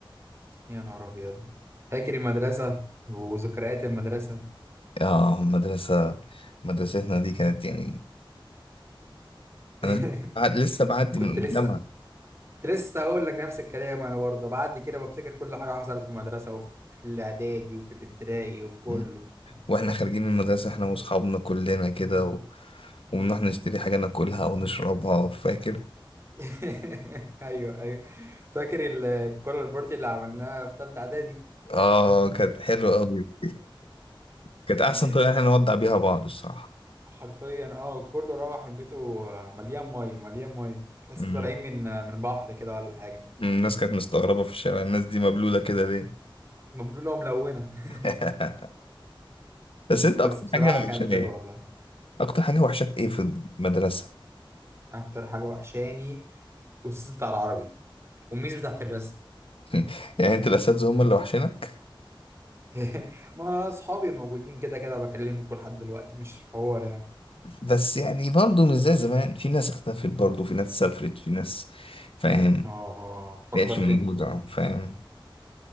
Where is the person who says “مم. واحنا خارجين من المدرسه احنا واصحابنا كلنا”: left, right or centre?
Left